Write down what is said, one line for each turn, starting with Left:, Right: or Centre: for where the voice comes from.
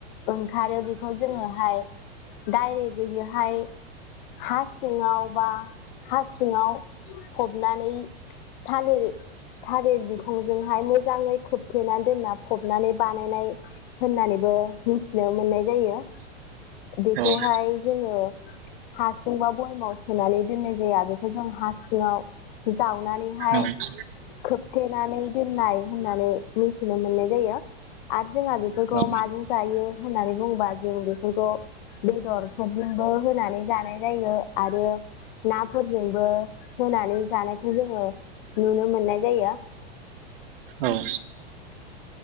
Left: ओ खारो बेखौ जोङोहाय डाइरेकयैहाय हा सिङाव बा हा सिङाव फबनानै थालिर थालिर बिखंजोंहाय मोजाङै खोबथेनानै दोनना फबनानै बानायनाय होननानैबो मिथि मिथिनो मोननाय जायो बेखौहाय
Right: औ
Left: जोङो हासुं बा बयमाव सोनानै दोननाय जाया बेखौ जों हा सिङाव जावनानैहाय
Right: औ
Left: खोबथेनानै दोननाय होननानै मिथिनो मोननाय जायो आरो जोंहा बेफोरखौ
Right: औ
Left: माजों जायो। होननानै बुङोबा जों बेफोरखौ बेदरफोरजोंबो होनानै जानाय जायो आरो नाफोरजोंबो होनानै जानायखौ जोङो नुनो मोननाय जायो।
Right: औ